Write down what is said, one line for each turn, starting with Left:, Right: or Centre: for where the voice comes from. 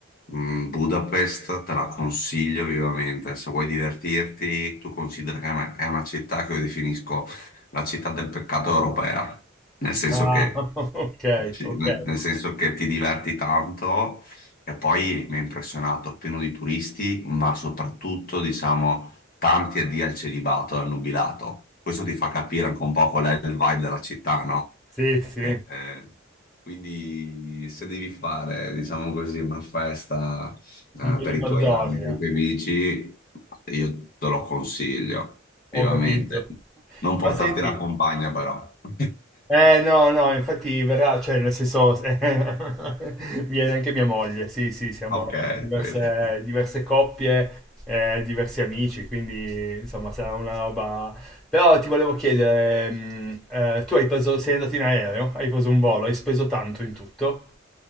Left: mh, Budapest te la consiglio vivamente, se vuoi divertirti, tu considera che è una è una città che io definisco la città del peccato europea, nel senso
Centre: Ah,
Left: che,
Centre: <laughs> ok,
Left: sì,
Centre: ok.
Left: ne- nel senso che ti diverti tanto e poi mi ha impressionato, pieno di turisti, ma soprattutto diciamo tanti addio al celibato e al nubilato, questo ti fa capire anche un po' qual è il vibe della città, no?
Centre: Sì, sì,
Left: Eh, eh, quindi se devi fare, diciamo così, una festa eh,
Centre: un po'
Left: per
Centre: di
Left: i
Centre: baldoria,
Left: tuoi anni con i tuoi amici, io te lo consiglio, vivamente.
Centre: ho capito.
Left: Non portarti
Centre: Ma senti,
Left: la compagna però. <laughs>
Centre: Eh no, no, infatti verrà, cioè nel senso, <laughs> eh, viene anche mia moglie, sì, sì, siamo
Left: Ok,
Centre: diverse,
Left: vedi.
Centre: diverse coppie, eh, diversi amici, quindi insomma sarà una roba... Però ti volevo chiedere, mh, eh, tu hai preso, sei andato in aereo, hai preso un volo, hai speso tanto in tutto?